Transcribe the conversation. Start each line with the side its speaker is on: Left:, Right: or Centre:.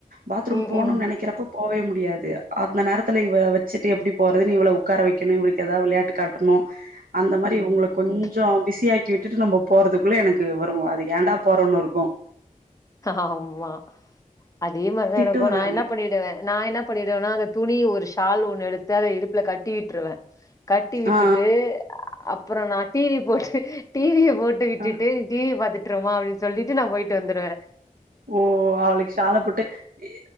Right: பாத்ரூம்
Left: ம்
Right: போணும்னு
Left: ம்
Right: நனைக்கிறப்ப போவே முடியாது அந்த நேரத்துல இவள வச்சுட்டு எப்டி போறதுனு இவ்ள உட்கார வைக்கணும் இவளுக்கு ஏதா விளையாட்டு காட்டணும் அந்த மாரி
Left: ம்
Right: இவங்கள கொஞ்சம்
Left: ம்
Right: பிஸியாக்கி விட்டுட்டு நம்ப போறதுக்குள்ள எனக்கு வரும் அது ஏண்டா போறோன்னு இருக்கும்
Left: ஆமா அதே மாரிதான்
Right: திட்டுவே
Left: எனக்கும் நான்
Right: நானு
Left: என்ன பணி வ நான் என்ன பண்ணிடுவேன்னா அந்த துணி ஒரு ஷால் ஒண்ணு எடுத்து அத இடுப்புல கட்டி விட்ருவேன் கட்டி விட்டுட்டு
Right: ஆ
Left: அப்புறம் நான் டிவி போட்டு டிவிய ட்டு விட்டுட்டு
Right: ஆ
Left: டிவிய பாத்துட்டுருமா அப்டின் சொல்லிட்டு நான் போயிட்டு வந்துருவேன்
Right: ஓ அவளுக்கு ஷால போட்டு எ